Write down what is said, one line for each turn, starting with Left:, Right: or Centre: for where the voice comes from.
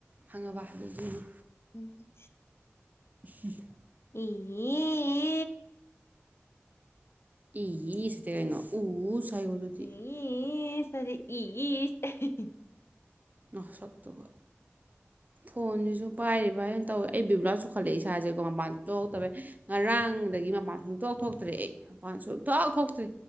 Right: ꯈꯪꯉꯕ ꯑꯗꯨꯗꯨꯒꯤ꯫
Left: ꯎꯝ
Right: ꯎꯝ <inaudible>
Left: ꯏ <inaudible> <unintelligible>
Right: ꯏꯁꯇꯤ ꯀꯩꯅꯣ ꯎꯁ ꯍꯥꯏꯋꯣ ꯑꯗꯨꯗꯤ꯫
Left: ꯏꯌꯤꯁ ꯇꯗꯤ ꯏꯁꯁ
Right: ꯅ ꯁꯛꯇꯨꯒ ꯐꯣꯟꯖꯤꯖꯨ ꯄꯥꯏꯔꯤꯕ ꯍꯥꯏꯗꯨꯅꯤ ꯇꯧ ꯑꯩ ꯕꯤꯕꯨꯂꯥ ꯆꯨꯈꯠꯂꯛꯑꯦ ꯏꯁꯥꯖꯦꯀꯣ ꯃꯄꯥꯟ ꯁꯨꯡꯊꯣꯛ ꯊꯣꯛꯇꯕꯩ ꯉꯔꯥꯡꯗꯒꯤ ꯃꯄꯥꯟ ꯁꯨꯡꯊꯣꯛ ꯊꯣꯛꯇ꯭ꯔꯦ ꯑꯩ ꯃꯄꯥꯟ ꯁꯨꯡ ꯊꯣꯛ ꯊꯣꯛꯇ꯭ꯔꯤ